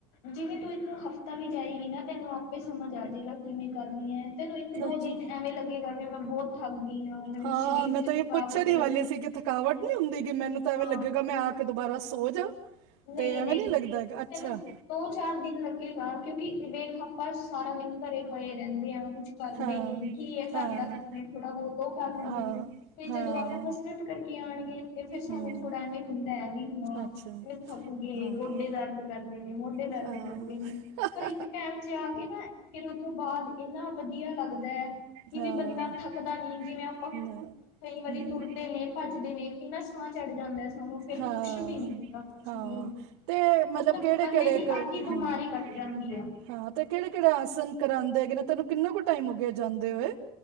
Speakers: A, on the left (about 75°); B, on the right (about 85°).
A: ਜਿਵੇਂ ਤੂੰ ਇੱਕ ਹਫ਼ਤਾ ਵੀ ਜਾਏਗੀ ਨਾ ਤੈਨੂੰ ਆਪੇ ਸਮਝ ਆ ਜਾਵੇਗਾ ਕਿਵੇਂ ਕਰਨੀ ਹੈ। ਤੈਨੂੰ ਇੱਕ ਦੋ
B: ਅੱਛਾ
A: ਦਿਨ ਐਵੇਂ ਲੱਗੇਗਾ ਵੀ ਮੈਂ ਬਹੁਤ ਥੱਕ ਗਈ ਹਾਂ ਮੈਨੂੰ
B: ਹਾਂ
A: ਸਰੀਰ
B: ਮੈਂ
A: ਚ
B: ਤਾਂ
A: ਥਕਾਵਟ
B: ਇਹ ਪੁੱਛਣ ਹੀ
A: ਏ।
B: ਵਾਲੀ ਸੀ ਕਿ ਥਕਾਵਟ ਨਹੀਂ ਹੁੰਦੀ ਗ ਮੈਨੂੰ ਤਾਂ ਐਵੇਂ
A: ਹਾਂ
B: ਲੱਗੇਗਾ ਮੈਂ ਆ ਕੇ ਦੁਬਾਰਾ ਸੋ ਜਾ।
A: ਨਹੀਂ
B: ਤੇ ਐਵੇਂ
A: ਨਹੀਂ
B: ਨੀ ਲੱਗਦਾ ਗਾ ਅੱਛਾ।
A: ਤੈਨੂੰ ਦੋ ਚਾਰ ਦਿਨ ਲੱਗੇਗਾ ਕਿਉਂਕਿ ਵੇਖ ਆਪਾਂ ਸਾਰਾ ਦਿਨ ਘਰੇ। ਪਏ ਰਹਿੰਦੇ ਆ ਕੁਛ ਕਰਦੇ
B: ਹਾਂ
A: ਨੀ ਕੀ ਇਹ
B: ਹਾਂ
A: ਘਰ ਦਾ ਕੰਮ ਏ ਥੋੜਾ ਬਹੁਤ ਉਹ ਕਰ ਲੈਂਦੇ
B: ਹਾਂ
A: ਨੇ। ਤੇ
B: ਹਾਂ
A: ਜਦੋਂ ਆਪਾਂ ਕਸਰਤ ਕਰਕੇ ਆਉਣਗੇ ਤੇ ਫਿਰ ਸਾਨੂੰ
B: ਹੂੰ
A: ਥੋੜਾ ਐਵੇਂ ਹੁੰਦਾ ਹੈ ਵੀ ਹਾਂ।
B: ਅੱਛਾ
A: ਥੱਕ ਗਏ
B: ਹਾਂ
A: ਗੋਡੇ ਦਰਦ ਕਰਦੇ ਨੇ ਮੋਢੇ ਦਰਦ
B: ਹਾਂ ਹਾਂ
A: ਕਰਦੇ ਨੇ ਪਰ ਇੱਕ ਟੈਮ ਚ ਆ ਕੇ ਨਾ। ਫਿਰ ਉਹ ਤੋਂ ਬਾਅਦ ਇੰਨਾ ਵਧੀਆ ਲੱਗਦਾ ਹੈ। ਕਿਵੇਂ
B: ਨਾ,
A: ਬੰਦਾ ਥੱਕਦਾ ਨਹੀਂ ਜਿਵੇਂ ਆਪਾਂ
B: ਹਮ,
A: ਕਈ ਵਾਰੀ ਤੁਰਦੇ ਨੇ ਭੱਜਦੇ ਨੇ ਕਿੰਨਾ ਸਾਹ। ਚੜ ਜਾਂਦਾ ਸਾਨੂੰ ਫੇਰ
B: ਹਾਂ
A: ਕੁਛ ਵੀ ਨੀ ਹੁੰਦਾ। ਕੁੱਛ
B: ਹਾਂ
A: ਨਹੀਂ
B: ਤੇ
A: ਮਤਲਬ
B: ਕਿਹੜੇ
A: ਬੰਦੇ
B: ਕਿਹੜੇ
A: ਦੀ
B: ਹੂੰ
A: ਅੱਧੀ ਬਿਮਾਰੀ ਘਟ ਜਾਂਦੀ ਹੈ।
B: ਹਾਂ ਤੇ ਕਿਹੜੇ ਕਿਹੜੇ ਆਸਨ ਕਰਾਉਂਦੇ ਹੈਗੇ ਨੇ ਤੈਨੂੰ ਕਿੰਨਾ ਕੁ ਟਾਈਮ ਹੋ ਗਏ ਜਾਂਦੇ ਹੋਏ?